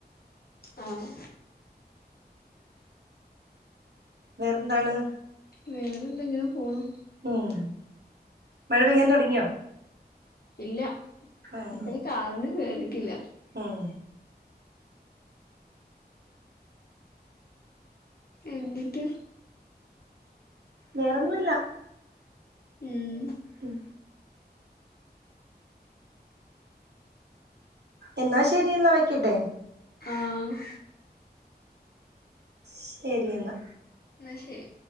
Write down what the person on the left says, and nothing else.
ആഹ്
വേറെന്താ ഞാൻ പോണു
ഇല്ല
ഇബടെ കാരണം കേറീട്ടില്ല
എന്നിട്ട്
ഉം
ആഹ്
ന്നാശെരി